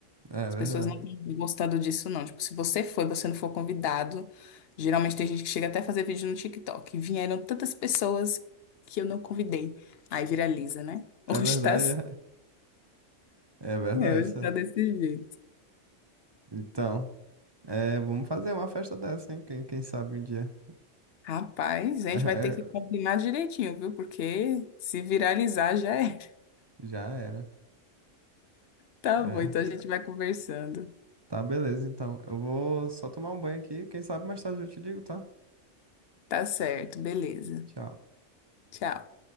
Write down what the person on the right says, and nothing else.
É
verdade.
É verdade,
é, é verdade.
Então, é, vamos fazer uma festa dessa, hein? Quem, quem sabe um dia. <laughs>
É,
já era.
É,
tá, beleza, então. Eu vou só tomar um banho aqui. Quem sabe mais tarde eu te ligo, tá?
Tchau.